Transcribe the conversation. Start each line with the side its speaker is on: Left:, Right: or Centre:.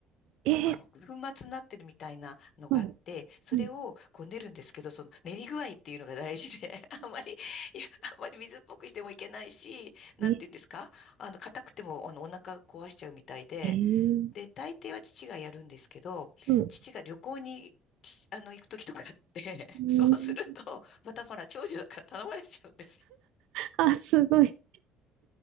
Right: えー、
Left: あの、粉末になってるみたいなのがあって、
Right: うん、
Left: それをこう練るんですけど、
Right: うん、
Left: その練り具合っていうのが大事で、<laughs> あんまり、いや、あんまり水っぽくしてもいけないし、なんていうんですかあの、
Right: え、
Left: 硬くても、あの、お腹壊しちゃうみたいで、
Right: えー、
Left: で、大抵は父がやるんですけど、
Right: うん。
Left: 父が旅行に、ちあの、行く時とかあって、
Right: うん
Left: <laughs> そうすると、またほら、長女だから頼まれちゃうんです
Right: あ、すごい。